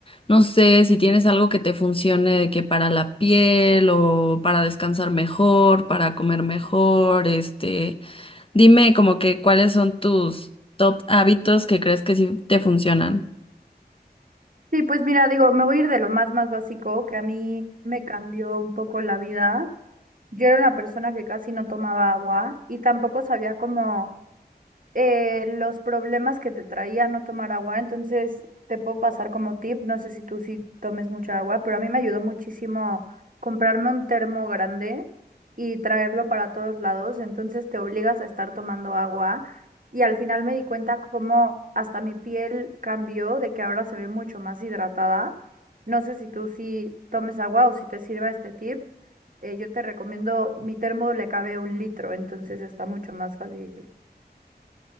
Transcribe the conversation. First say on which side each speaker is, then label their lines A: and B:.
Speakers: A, on the left; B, on the right.
A: no sé, si tienes algo que te funcione de que para la piel o para descansar mejor, para comer mejor, este. Dime como que cuáles son tus top hábitos que crees que sí te funcionan.
B: Sí, pues mira, digo, me voy a ir de lo más, más básico, que a mí me cambió un poco la vida. Yo era una persona que casi no tomaba agua y tampoco sabía cómo eh, los problemas que te traía no tomar agua, entonces te puedo pasar como tip, no sé si tú sí tomes mucha agua, pero a mí me ayudó muchísimo comprarme un termo grande y traerlo para todos lados, entonces te obligas a estar tomando agua y al final me di cuenta cómo hasta mi piel cambió, de que ahora se ve mucho más hidratada. No sé si tú sí tomes agua o si te sirva este tip. eh, yo te recomiendo, mi termo le cabe un litro, entonces está mucho más fácil.